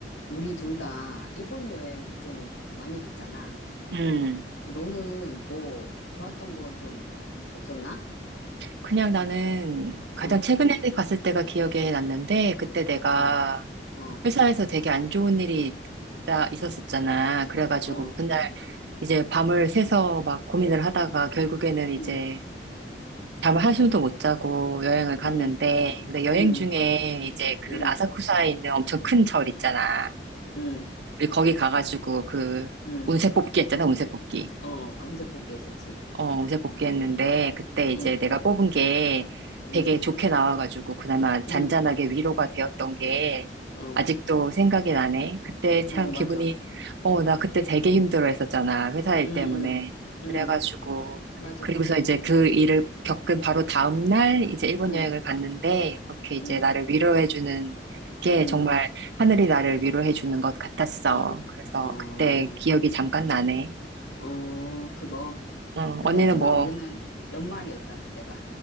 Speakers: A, on the left (about 85°); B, on the right (about 70°).
A: 우리 둘 다 일본 여행 좀 많이 갔잖아.
B: 음,
A: 너는 뭐 좋았던 거 좀 없었나?
B: 그냥 나는 가장
A: 어,
B: 음, 최근에 갔을 때가 기억에 남는데, 그때 내가
A: 어, 어,
B: 회사에서 되게 안 좋은 일이 있다- 있었었잖아. 그래가지고
A: 어,
B: 그날 이제 밤을 새서 막 고민을 하다가 결국에는 이제
A: 응,
B: 잠을 한숨도 못 자고 여행을 갔는데,
A: 응,
B: 근데 여행
A: 응,
B: 중에 이제 그
A: 응,
B: 아사쿠사에 있는 엄청 큰 절 있잖아.
A: 응,
B: 우리 거기 가가지고 그
A: 응,
B: 운세 뽑기 했잖아, 운세 뽑기.
A: 어, 암세 뽑기 했었지.
B: 어, 어제 복귀했는데, 그때 이제
A: 응,
B: 내가 뽑은 게
A: 응,
B: 되게 좋게 나와가지고, 그나마 잔잔하게
A: 응,
B: 위로가 되었던 게,
A: 어,
B: 아직도 생각이 나네. 그때 참
A: 어, 맞아.
B: 기분이, 어, 나 그때 되게 힘들어 했었잖아. 회사 일
A: 응,
B: 때문에.
A: 응, 응,
B: 그래가지고,
A: 맞아.
B: 그리고서 이제 그 일을 겪은 바로 다음날, 이제 일본
A: 응,
B: 여행을 갔는데, 그렇게 이제
A: 응,
B: 나를 위로해주는 게
A: 응,
B: 정말 하늘이 나를 위로해주는 것 같았어.
A: 어,
B: 그래서
A: 어,
B: 그때 기억이 잠깐 나네.
A: 어, 그거.
B: 어,
A: 근데
B: 언니는
A: 하지만
B: 뭐,
A: 우리는 연말이었다, 그때가.